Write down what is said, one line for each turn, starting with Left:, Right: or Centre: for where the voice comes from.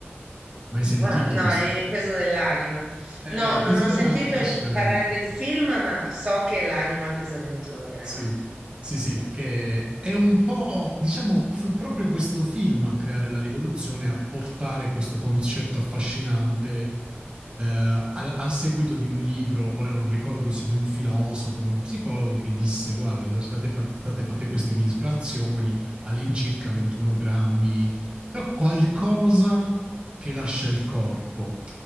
Right: Mai sentito
Centre: Ah, no,
Right: questo
Centre: il
Right: film?
Centre: peso dell'anima.
Right: Eh,
Centre: No,
Right: il
Centre: non
Right: peso
Centre: ho
Right: dell'anima
Centre: sentito
Right: lascia...
Centre: il- parlare del film, ma so che l'anima pesa 21 grammi.
Right: Sì, sì, sì, che è un po', diciamo, fu proprio questo film a creare la rivoluzione, a portare questo concetto affascinante, eh, al, al seguito di un libro, ora non ricordo se di un filosofo o uno psicologo, che disse, guarda, se state fa- state fatte queste misurazioni all'incirca 21 grammi, però qualcosa che lascia il corpo.